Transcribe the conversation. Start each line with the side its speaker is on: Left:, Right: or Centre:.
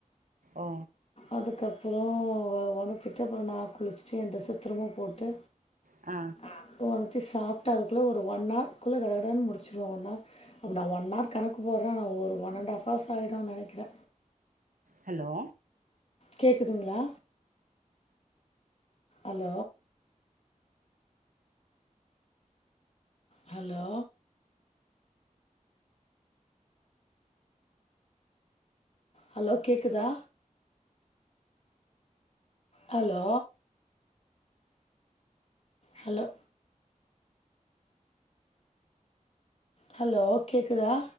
Right: ஓ
Left: அதுக்கப்றோ வ ஒணத்திட்டு அப்றோ நா குளிச்சிட்டு எ ட்ரெஸ்ஸ திரும்ப போட்டு
Right: அ
Left: அத ஒணத்தி சாப்ட்டு அதுக்குள்ள ஒரு ஒன் ஆர்க்குள்ள கடகடன் முடி ச்சுருவே ஒன்ஹார் அப்ப நா ஒன் ஆர் கணக்கு போட்றே ஆனா ஒரு ஒன் அண்ட் ஆஃப் ஹார்ஸ் ஆயிடு நெனைக்றே
Right: ஹலோ
Left: கேக்குதுங்ளா அலோ ஹலோ ஹலோ கேக்குதா ஹலோ ஹலோ ஹலோ கேக்குதா